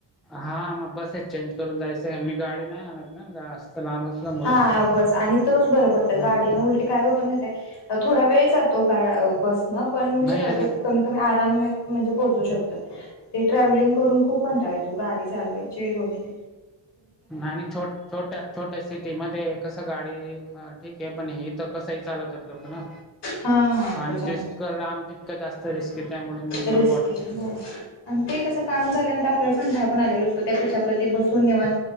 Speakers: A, in the centre; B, on the left.
A: हा म बसेच चेंज करून जायचं मी गाडी नाइ आणत ना आसं <inaudible>
B: हा बस आणि तोच बर पडत
A: हा
B: गाडीनं उल काय होत माहित्याय थोडा वेळ जातो का बस म पण विषय
A: नाही
B: काय
A: आणि
B: होतो कमी कमी आराम म्हणजे पोहोचू शकतो ते ट्रॅव्हलिंग करून खूप कंटाळा येतो गाडी चालवायची वगरे
A: आणि छोट छोट्या छोट्या सिटीमध्ये कसं गाडी ठीकेय पण इथ कसं हि चालवत्यात लोक ना
B: हा हा
A: आणि
B: त्याच्यामुळे
A: जिसक लांब तितकं जास्त रिस्क त्यामुळे नको
B: रिस्की
A: वाटतं.
B: हो आणि ते कसं काम झाल्यानंतर आपल्याला खंटाळा पण आलेला असतो त्यापेक्षा आपलं ते बसून निवांत